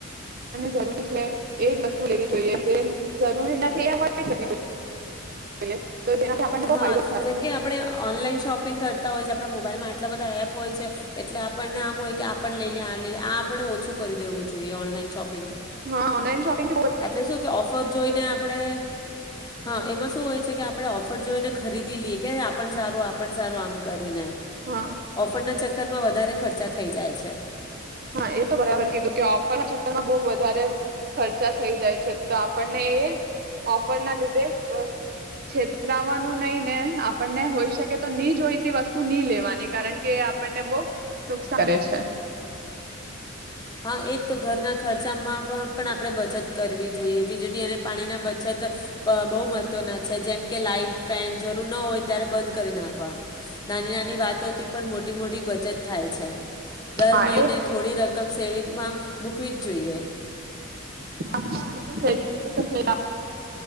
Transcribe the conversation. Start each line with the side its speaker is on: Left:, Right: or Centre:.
Right: જરૂર છે એજ વસ્તુ લેવી જોઈએ જે જરૂરી નથી એ ની લેવી જોઈએ. તો જેનાથી આપણને બહુ
Left: હા
Right: ફાયદો થાય
Left: જેમકે આપણે ઓનલાઈન શોપિંગ કરતા હોય આપણા મોબાઈલમાં આટલા બધા એપ હોય છે એટલે આપણને આમ હોય કે આપ લઈ લએ લઈ લએ આ આપણે ઓછું કરી દેવું જોઈએ ઓનલાઈન શોપિ
Right: હા ઓનલાઈન શોપિંગ
Left: એટલે શું કે ઓફર જોઈને આપણે હા એમ એમાં શું હોય છે કે આપડે ઓફર જોઈને ખરીદી લઈએ કે આપણ સારું આપણ સારું આમ કરીને
Right: હા
Left: ઓફરના ચક <unintelligible> માં વધારે ખર્ચા થઈ જાય છે.
Right: હા એ તો બરાબર કીધું કે ઓફરના ચક્કર માં બો વધારે ખર્ચા થઈ જાય છે, તો આપણને એ ઓફર ના લીધે છેતરાવાનું નહી ને આપણને હોઈ શકે તો ની જોઈતી વસ્તુ નહી લેવાની કારણ કે એ આપણને બો નુકસાન જ છે.
Left: હા એ તો ઘરના ખર્ચામાં પણ પણ આપણે બચત કરવી જોઈએ. વીજળી અને પાણી ના બચત બહુ મહત્વના છે જેમ કે લાઈટ, ફેન જરૂર ન હોય ત્યારે બંધ કરી નાખવા. નાની નાની વાતોથી પણ મોટી મોટી બચત થાય છે. દર
Right: હા
Left: મહિને
Right: એ
Left: થોડી રકમ સેવિંગમાં મૂકવી જ જોઈએ.
Right: હા એ તો છે એ તો છે.